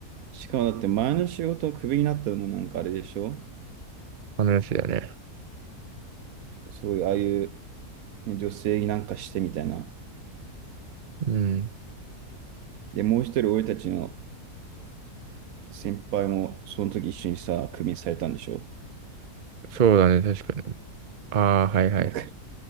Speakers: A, on the right (about 70°); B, on the right (about 40°).
A: しかもだって前の仕事をクビになったのもなんかあれでしょ
B: 話だね。
A: そういう、ああいう、ね、女性になんかしてみたいな。
B: うん。
A: で、もう一人俺たちの先輩もその時一緒にさ、クビにされたんでしょ
B: そうだね。確かに。ああ、はいはい。
A: だから、